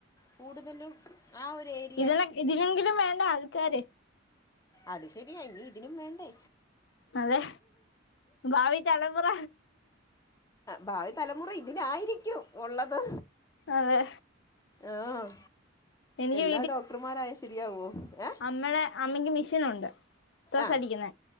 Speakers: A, on the left; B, on the left.
A: കൂടുതലും ആഹ് ഒര് ഏരി-
B: ഇതിനും ഇതിനെങ്കിലും വേണ്ടേ ആൾക്കാര്
A: അത് ശരിയ ഇനി ഇതിനും വേണ്ടേ
B: അതെ ഭാവി തലമുറ
A: ഭാവി തലമുറ ഇതിനായിരിക്കും ഉള്ളത്
B: അതെ
A: ആഹ്
B: എനിക്ക്
A: എല്ലാം ഡോക്ടർമാരായ ശരിയാവോ ഏ
B: അമ്മയുടെ അമ്മയ്ക്ക് മെഷ്യനുണ്ട് സ്രസ്സ്
A: ആ
B: അടിക്കുന്ന